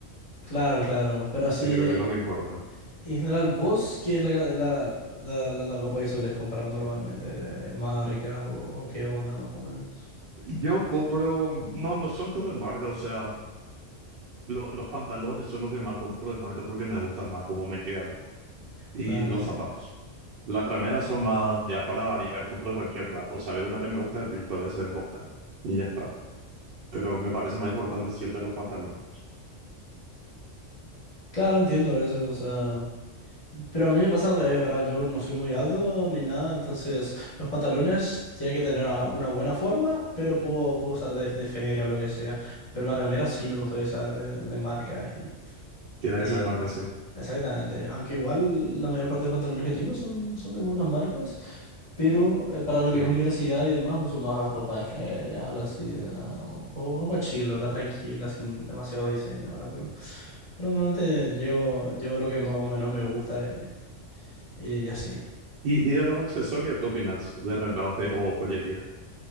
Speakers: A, on the left; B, on the right.
A: Claro, claro. Pero así,
B: que creo
A: eh,
B: que no te importa.
A: en general, ¿vos qué es la, ca- la, la, la, la ropa que soles comprar normalmente? ¿De, de marcas o, o qué onda más o menos?
B: Yo compro, no, no son todo de marca, o sea... Lo- los pantalones son lo que más compro de marca porque me gustan más cómo me quedan. Y
A: Claro,
B: los
A: entiendo.
B: zapatos. Las remeras son más, ya para variar, compro de cualquier lado. O sea, veo una que me gusta, listo, de eso voy a comprar. Y ya está. Pero me parece más importante siempre los pantalones.
A: Claro, entiendo eso, o sea... Pero a mí me pasa al revés, ¿verdad? Yo no soy muy alto ni nada, entonces los pantalones tienen que tener a- una buena forma, pero puedo, puedo usar de, de feria o lo que sea. Pero la remera sí me gusta que sea de, de marca
B: Tiene
A: Y
B: que ser de marca,
A: sí,
B: sí.
A: exactamente. Aunque igual la mayor parte de pantalones que tengo son, son de buenas marcas, pero eh, para lo que
B: Sí.
A: es universidad y demás uso más ropa de ferias, algo así, ¿verdad? O, o ropa chill, ¿verdad? Tranquila, sin demasiado diseño, ¿verdad? Pero, pero normalmente llevo, llevo lo que más o menos me gusta eh, y así.
B: ¿Y, y de los accesorios, qué opinas? ¿De relojes o joyería?